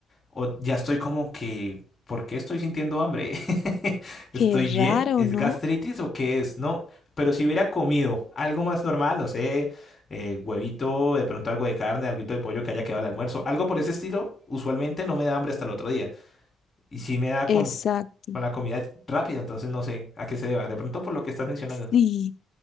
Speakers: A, on the left; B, on the left.
A: o ya estoy como que, ¿por qué estoy sintiendo hambre? <laughs> ¿Estoy
B: qué
A: bien?
B: raro,
A: ¿Es
B: ¿no?
A: gastritis o qué es? No, pero si hubiera comido algo más normal, no sé, eh, huevito, de pronto algo de carne, algo de pollo que haya quedado al almuerzo, algo por ese estilo, usualmente no me da hambre hasta el otro día. Y si me da
B: Exacto.
A: con, con la comida rápida, entonces no sé a qué se deba. De pronto por lo que estás mencionando.
B: Sí.